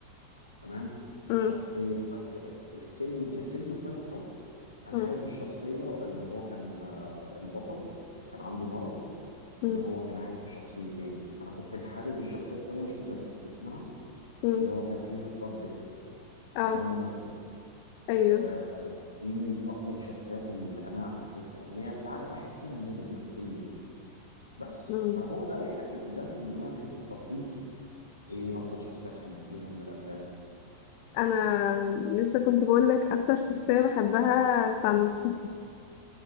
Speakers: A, on the left; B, on the left.
A: تمام
B: امم
A: شخصية فايت ك... الفيلم كفيلم فايت كلاب أنا
B: امم
A: حابب الشخصية اللي هو كان آه، البطل كان عنده مرض
B: امم
A: إن هو كان عايش بشخصيتين أنا كنت حابب الشخصية التانية مش متذكر اسمها
B: امم
A: اللي هو كان فيها براد بيت
B: اه
A: كان هو الممثل
B: ايوه
A: آه، دي أكتر الشخصيات اللي أنا حبيتها إن هي ساعات بحسها إن هي بتمثلني بس
B: امم
A: فهو ده يعني ده اللي أنا بحبه طب إنتي إيه أكتر شخصيات حبيتيها من الأفلام؟
B: انا لسه كنت بقول لك اكتر شخصيه بحبها سانوس <laughs>